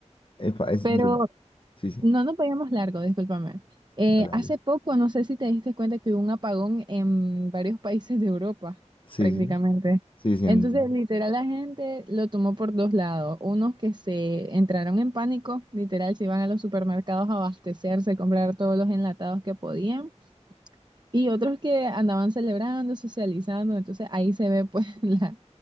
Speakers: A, on the left (about 45°); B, on the right (about 35°).
A: Epa, es-
B: Pero
A: yo- sí, sí,
B: no nos veíamos largo, discúlpame. Eh,
A: dale, dale.
B: hace poco, no sé si te diste cuenta que hubo un apagón en varios países de Europa,
A: Sí,
B: prácticamente.
A: sí, sí, sí, en
B: Entonces, literal, la gente lo tomó por dos lados. Unos que se entraron en pánico, literal, se iban a los supermercados a abastecerse, comprar todos los enlatados que podían. Y otros que andaban celebrando, socializando. Entonces, ahí se ve pues <laughs> la,